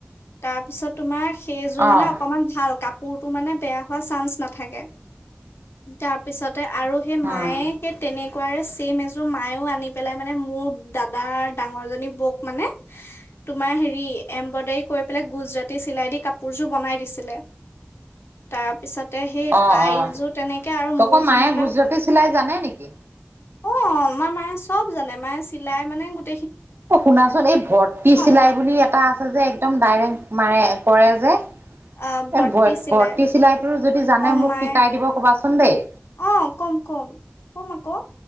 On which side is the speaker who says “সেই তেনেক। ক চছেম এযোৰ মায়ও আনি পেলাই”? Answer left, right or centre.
Left